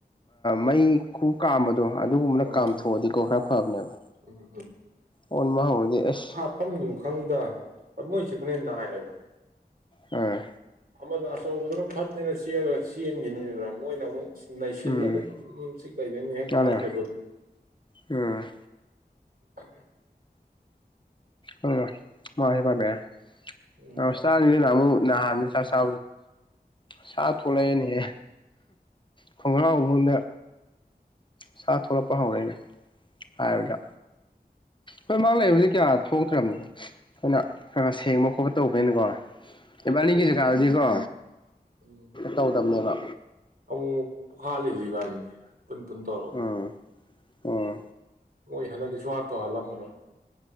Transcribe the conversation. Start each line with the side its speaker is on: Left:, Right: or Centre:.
Left: ꯃꯩ ꯈꯨ ꯀꯥꯝꯕꯗꯣ ꯑꯗꯨꯒꯨꯝꯕꯅ
Right: ꯎꯝ
Left: ꯀꯥꯝꯊꯣꯛꯑꯗꯤꯀꯣ ꯈꯔ ꯐꯕꯅꯦꯕ
Right: ꯎꯝ
Left: ꯑꯣꯟ ꯃꯥ ꯍꯔꯗꯤꯦ ꯑꯦꯁ
Right: ꯃꯐꯝꯗꯨ ꯈꯪꯗ ꯃꯣꯏꯁꯤꯦ ꯑꯩꯅꯦꯟ ꯅꯥꯏꯌꯦꯕ
Left: ꯑꯥ
Right: ꯑꯃꯗ ꯑꯆꯧꯕꯗꯨꯅ ꯐꯠꯇꯦꯅ ꯆꯦꯜꯑꯒ ꯆꯦꯟꯈꯤꯅꯤꯗꯅ ꯃꯣꯏꯅ ꯑꯃꯨꯛ ꯅꯩꯁꯤꯜꯂꯒ
Left: ꯎꯝ
Right: ꯑꯗꯨꯝ ꯁꯤꯤꯛ ꯂꯩꯗꯣꯏꯅꯤ ꯍꯦꯛ
Left: ꯃꯥꯅꯦ
Right: ꯍꯥꯞ꯭ꯔꯦꯕꯣ
Left: ꯎꯝ
Right: ꯎ
Left: ꯑꯣ ꯃꯕ ꯦꯔ
Right: ꯎꯝ
Left: ꯑ ꯆ ꯑꯃꯨ ꯅꯅꯥꯍꯅꯤ ꯁꯥ ꯁ ꯁ ꯊꯣꯂꯥꯏꯅꯦꯍꯦ ꯈꯣꯡꯒ꯭ꯔꯥꯎꯒꯗ ꯁꯥ ꯊꯣꯛꯂꯛꯄ ꯍꯧꯔꯏꯅꯦ ꯍꯥꯏꯕꯗ ꯍꯣꯏ ꯃꯥ ꯂꯩꯕꯕꯁꯤ ꯀꯌꯥ ꯊꯣꯛꯇ꯭ꯔꯕꯅꯤꯅ ꯑꯩꯈꯣꯏꯅ ꯈ ꯈꯔ ꯁꯦꯡꯕ ꯈꯣꯠꯄ ꯇꯧꯕꯅꯤꯅꯀꯣ
Right: ꯍꯟꯗꯛꯀꯤꯗꯤ
Left: ꯏꯕꯥꯅꯤꯒꯤ ꯖꯒꯥꯗꯗꯤꯀꯣ
Right: ꯎꯝ
Left: ꯇꯧꯗꯕꯅꯦꯕ
Right: ꯑꯃꯨꯛ ꯍꯥꯂꯤꯁꯤ ꯏꯕꯥꯅꯤꯅꯦ ꯄꯨꯟ ꯄꯨꯟ ꯇꯧꯔꯛꯑꯣ
Left: ꯑꯥ ꯑꯣ
Right: ꯅꯣꯏ ꯍꯟꯗꯛꯤꯁꯨ ꯍꯥꯠꯄ ꯍꯥꯜꯂꯝꯃꯔꯣꯏ